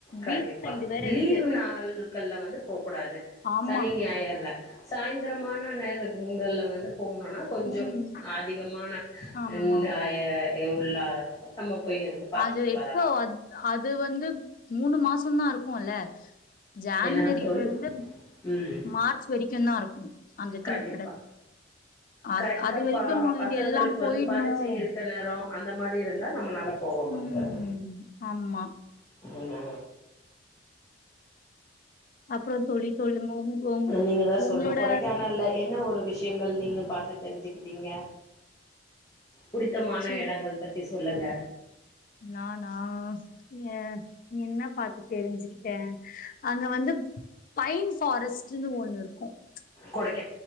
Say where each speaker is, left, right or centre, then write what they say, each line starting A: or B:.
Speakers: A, on the left; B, on the left.
A: கண்டிப்பா
B: பீச் சைடு வேற இருக்கு
A: லீவ் நாள்கள்ல வந்து போக்கூடாது
B: ஆமா
A: சனி ஞாயிர்ல. சாய்திரமான நேரத். கும்பல்லவந்து போன்னும்னா கொஞ்சோ
B: ம்
A: அதிகமான
B: ஆமா
A: ந ய. ஏ உள்ளரா நம்ம. போய் இருந்து பாத்துட்டு
B: அது
A: வரலா
B: எப்போ அது அது. அது வந்து மூணு மாசோதா இருக்குல. ஜான்வரியில்லிருந்து
A: என்னங்க தோழி ம்
B: மார்ச் வெரிக்குதா இருக்கு. அந்த தீவுத்தொடர்
A: கண்டிப்பா
B: அ
A: கரெக்டா
B: அது வெரிக்கும்
A: ப பசங்களுக்கு
B: எல்லாம் போயிட்ணும்.
A: வந்து பரீட்சை இருக்க நேரோ அந்த மாரி இருந்தா நம்ம நல்லா. போக முடியாது.
B: ம் ஆமா
A: ஆம்மா.
B: அப்புறோ தோழி சொல்லுங்க உங் உங்
A: நீங்க தா
B: உங்களோட.
A: சொல்ணு கொடைக்கானல்ல என்ன விஷயங்கள் நீங்க பார்த்து தெரிஞ்சுகிட்டிங்க. புடித்தமான
B: சி
A: இடங்கள் பத்தி. தி சொல்லுங்க.
B: நானா ஹா ஏ என்ன பார்த்து தெரிஞ்சுக்கிட்ட. அங்க வந்து பைன் பாரஸ்ட்டுனு ஒண்ணு இருக்கு ம்ச்.
A: கொடைக்.